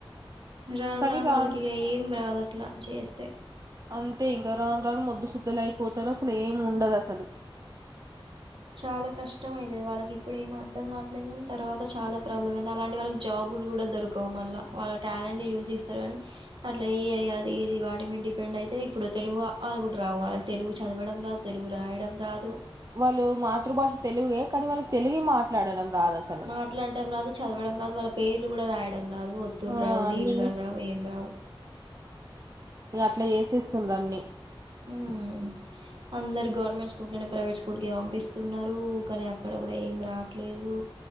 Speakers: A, on the right (about 60°); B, on the right (about 40°).
A: రాను
B: కానీ
A: రాను
B: రాన్
A: వాళ్ళకి ఇక ఏం రాదు అట్లా చేస్తే
B: అంతే ఇంకా రాను రాను మొద్దు శుద్ద్దల అయిపోతారు అసలు ఏం ఉండదు అసలు
A: చాలా కష్టం అయితది వాళ్ళకి ఇప్పుడు ఏం అర్థం కావట్లేదుని తర్వాత చాలా ప్రాబ్లం అయింది అలాంటి వాళ్ళకి జాబులు కూడా దొరకవు మళ్ళ వాళ్ళ టాలెంట్ ని చూసిస్తారు కానీ అట్లా ఏ ఐ అది ఏది వాటి మీద డిపెండ్ అయితే ఇప్పుడు తెలుగు ఆ ఆ లు కూడా రావు వాళ్ళకి తెలుగు చదవడం రాదు తెలుగు రాయడం రాదు
B: లు మాతృభాష తెలుగే కానీ వాళ్ళకి తెలుగు మాట్లాడడం రాదు అసలు
A: మాట్లాడడం రాదు చదవడం రాదు వాళ్ళ పేర్లు కూడా రాయడ్ రావు ఒత్తులు
B: ఆ
A: రావు
B: అన్ని
A: దీర్ఘాలు రావు ఏం రావు
B: ఇక అట్లా చేసేస్తుండన్ని
A: మ్మ్ అందరు గవర్నమెంట్ స్కూల్ కానే ప్రైవేట్ స్కూల్ కే పంపిస్తున్నారు కానీ అక్కడ కూడా ఏమి రావట్లేదు